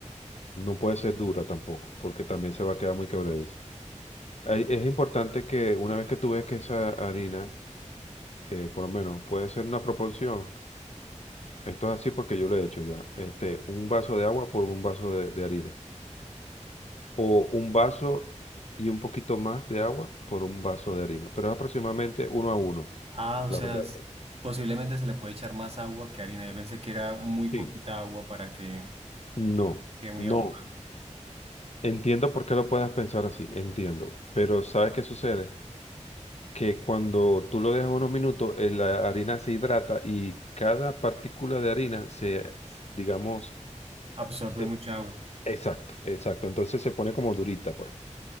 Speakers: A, on the left; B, on the right.
A: No puede ser dura tampoco, porque también se va a quedar muy quebradizo. Hay- Es importante que una vez que tú ves que esa harina eh, por lo menos puede ser una proporción, esto es así porque yo lo he hecho ya, este, un vaso de agua por un vaso de, de harina, o un vaso y un poquito más de agua por un vaso de harina, pero es aproximadamente uno a uno.
B: Ah, o
A: La
B: sea,
A: regla
B: s-
A: de- oro.
B: posiblemente se le puede echar más agua que harina. Yo pensé que era muy poquita
A: Sí.
B: agua para que
A: No,
B: quede muy
A: no.
B: agua,
A: Entiendo por qué lo puedas pensar así, entiendo, pero ¿sabes qué sucede? Que cuando tú lo dejas unos minutos, eh, la harina se hidrata y cada partícula de harina se, digamos,
B: absorbe
A: se
B: mucha agua.
A: Exacto, exacto. Entonces se pone como durita, pues.